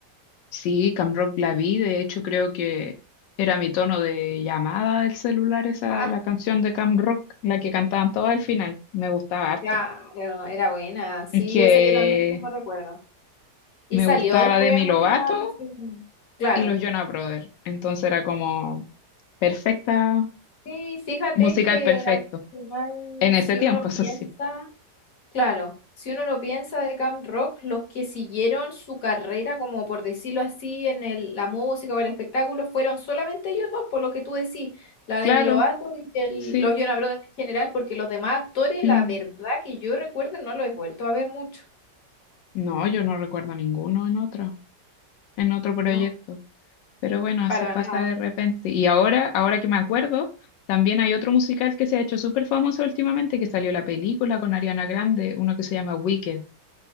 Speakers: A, on the left; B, on the left.
A: Sí, Camp Rock la vi, de hecho creo que era mi tono de llamada del celular esa,
B: Ah,
A: la canción de Camp Rock, la que cantaban todos al final, me gustaba harto.
B: claro, era buena, sí,
A: Es que
B: esa yo también tengo recuerdo. Y
A: me
B: salió
A: gustaba
B: después
A: Demi Lovato
B: una... segunda. Claro.
A: y los Jonas Brothers, entonces era como perfecta,
B: Sí, fíjate
A: musical
B: que
A: perfecto,
B: al final,
A: en ese
B: si
A: tiempo,
B: uno lo
A: eso
B: piensa...
A: sí.
B: Claro, si uno lo piensa de Camp Rock, los que siguieron su carrera, como por decirlo así, en el- la música o el espectáculo, fueron solamente ellos dos, por lo que tú decís, la
A: Claro,
B: Demi Lovato y el-
A: sí.
B: los Jonas Brothers en general, porque los demás actores,
A: mm.
B: la verdad que yo recuerdo, no los he vuelto a ver mucho,
A: No, yo no recuerdo ninguno en otro, en otro proyecto.
B: no,
A: Pero bueno, así
B: para
A: pasa
B: nada.
A: de repente. Y ahora, ahora que me acuerdo, también hay otro musical que se ha hecho súper famoso últimamente, que salió la película con Ariana Grande, uno que se llama Wicked.